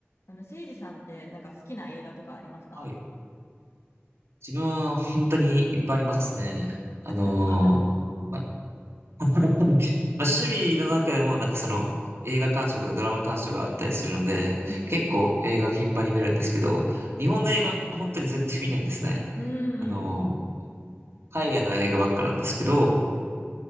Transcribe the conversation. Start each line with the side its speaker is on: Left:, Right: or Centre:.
Left: あの、せいじさんってなんか好きな映画とかありますか
Right: はい。自分は本当にいっぱいありますね。あのーま、
Left: <laughs> そう
Right: <laughs> ま趣味の中でもなんかその映画鑑賞とかドラマ鑑賞があったりするので、
Left: うんうん
Right: 結構映画を頻繁に見るんですけど、
Left: うん
Right: 日本の映画は本当に全然見ないんですね。
Left: うんうん
Right: あのー海外の映画ばっかなんですけど、
Left: うん